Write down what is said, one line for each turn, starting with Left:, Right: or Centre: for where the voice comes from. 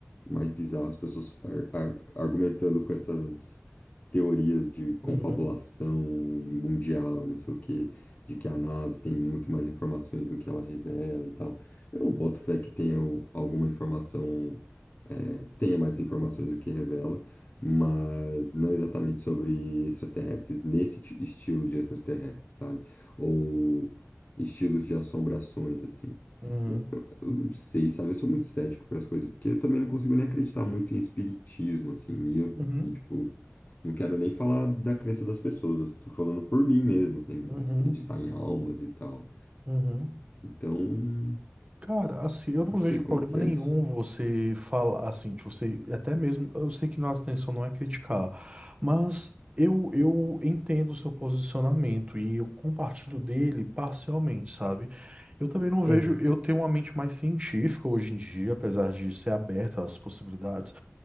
Left: o mais bizarro, as pessoas ar- ar- argumentando com essas teorias de confabulação
Right: Uhum.
Left: e mundial e não sei o quê, de que a NASA tem muito mais informações do que ela revela e tal. Eu boto fé que tenha o- alguma informação, é, tenha mais informações do que revela, mas não exatamente sobre extraterrestres, nesse ti- estilo de extraterrestres, sabe? ou estilos de assombrações, assim.
Right: Uhum.
Left: Eu, eu- eu não sei, sabe? Eu sou muito cético para as coisas, porque eu também não consigo nem acreditar muito em espiritismo, assim. E, eu,
Right: Uhum.
Left: e, tipo, não quero nem falar da crença das pessoas, eu estou falando por mim mesmo, assim,
Right: Uhum.
Left: acreditar
Right: Uhum.
Left: em almas e tal.
Right: Uhum.
Left: Então,
Right: Cara, assim, eu
Left: não
Right: não
Left: sei
Right: vejo
Left: como
Right: problema
Left: que
Right: nenhum
Left: é isso.
Right: você falar, assim, de você, até mesmo, eu sei que nossa intenção não é criticar, mas eu, eu entendo o seu posicionamento e eu compartilho dele parcialmente, sabe? Eu também não vejo,
Left: Aham.
Right: eu tenho uma mente mais científica hoje em dia, apesar de ser aberta às possibilidades,